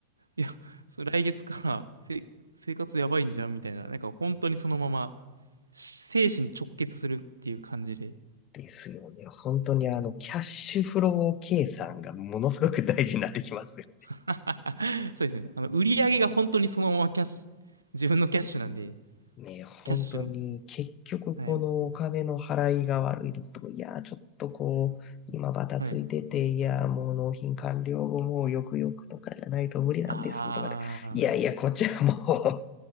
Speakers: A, on the right; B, on the left.
A: いや、それ来月からせ生活やばいんじゃんみたいな。なんか本当にそのまま生死に直結するっていう感じで。
B: ですよね。本当にあの、キャッシュフロー計算がものすごく大事になってきますよ。
A: <laughs> そうですね。あの、売り上げが本当にそのままキャッシュ、自分のキャッシュなんで、
B: ね、本当に結局このお金の払いが悪いとことか、
A: キャッシュ、はい、
B: いやー、ちょっとこう、今バタついてて、
A: はい。
B: いやー、もう納品完了後もうよくよくとかじゃないと無理なんですとかで、
A: あ
B: いやいや、こっちはも